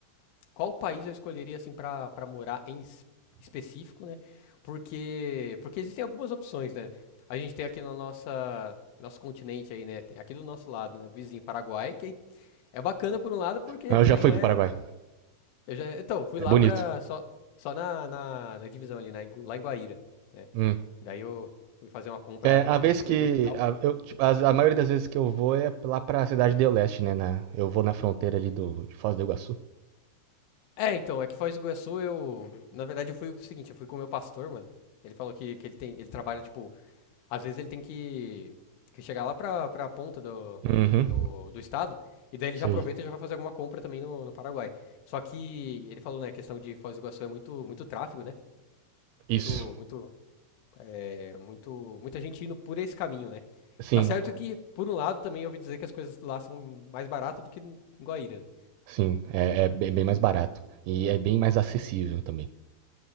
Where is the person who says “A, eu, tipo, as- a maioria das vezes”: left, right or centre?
Right